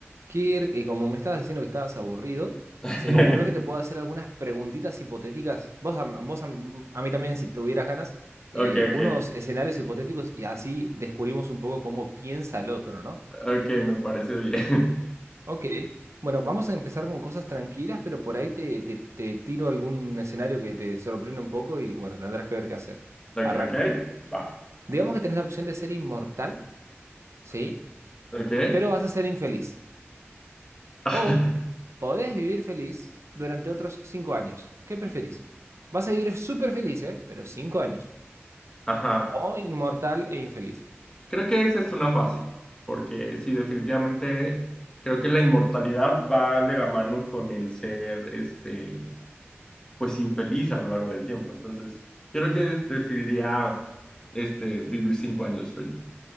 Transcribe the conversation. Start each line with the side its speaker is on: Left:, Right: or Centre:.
Right: Kirk, y como me estabas diciendo que estabas aburrido,
Left: <laughs>
Right: se me ocurrió que te puedo hacer algunas preguntitas hipotéticas. Vos a, vos a- a mí también, si tuvieras ganas, eh,
Left: Ok, ok,
Right: unos escenarios hipotéticos y así descubrimos un poco cómo piensa el otro, ¿no?
Left: ok, me parece bien.
Right: Ok, bueno, vamos a empezar con cosas tranquilas, pero por ahí te, te te tiro algún escenario que te sorprenda un poco y bueno, tendrás que ver qué hacer.
Left: <laughs> Ok,
Right: Arranco.
Left: ok, va.
Right: Digamos que tenés la opción de ser inmortal, ¿sí?
Left: Ok.
Right: Pero vas a ser infeliz.
Left: <laughs>
Right: O podés vivir feliz durante otros cinco años. ¿Qué preferís? Vas a vivir súper feliz, ¿eh? Pero cinco años.
Left: Ajá.
Right: O inmortal e infeliz.
Left: Creo que esa es una fácil, porque sí, definitivamente creo que la inmortalidad va de la mano con el ser, este, pues infeliz a lo largo del tiempo. Entonces, yo creo que decidiría, este, vivir cinco años feliz.